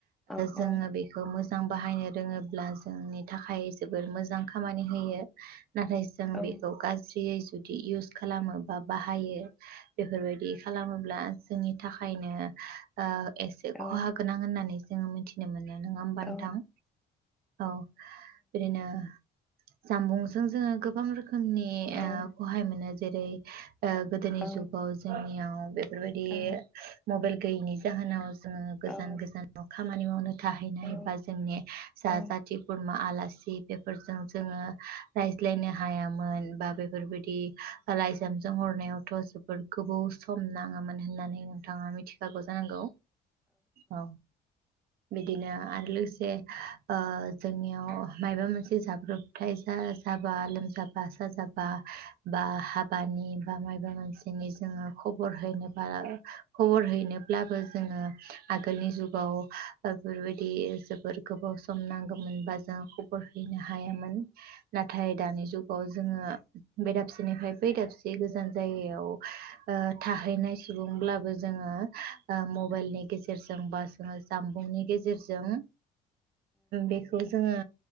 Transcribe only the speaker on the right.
जोङो
बेखौ मोज मोजां बाहायनो रोङोब्ला जोंनि थाखाय जोबोर मोजां खामानि होयो <inaudible> नाथाय जों
बेखौ गाज यै जुदि इउस खालामो बा बाहायो बेफोर बायदि खालामोब्ला जोंनि थाखायनो ओ एसे
खहा गोनां होननानै जोङो मिथिनो मोनो नङा होमबा नोंथां?
औ बिदिनो जामबुंजों जोङो गोबां रोखोमनि ओ
खहाय मोनो जेरै ओ गोदोनि
जुगाव जों नियाव बेफोरबायदि
मबाइल गैनि जाहोनाव जोङो गोजान
गोजानावखा खामानि मावनो थाहैनाय
बा जोंनि जा
जाथि खुरमा आलासि <unintelligible> बेफोरजों जोङो रायज्लायनो हायामोन । बेफोरबायदि लाइजामजों हरनायावथ' जबोद गोबोव सम नाङा मोन । होननानै नोंथाङा मिथिखागौ जानांगौ औ बिदिनो आरो लोगोसे ओ जोंनियाव मायबा मोनसे जाब्रबथाय दा जाबा लोमजाबा साजाबा बा हाबानि बा मायबा मोनसे बा दिनै जोङो खबर हैनोबा खबर हैनोब्लाबो जोङो आगोलनि जुगाव बेफोरबायदि जोबोर गोबाव सम नांगौमोनबा जोङ खबर हैनो हायामोन नाथाय दानि जुगाव जोङो बेै दाबसिनिफ्राय बै दाबसे बे गोजान जायगायाव ओ थाहैनाय सुबुं ब्लाबो जोङो ओ मबाइलनि गेजेरजों बा जोङो जाम बुंनि गेजेरजों बेखौ जोङो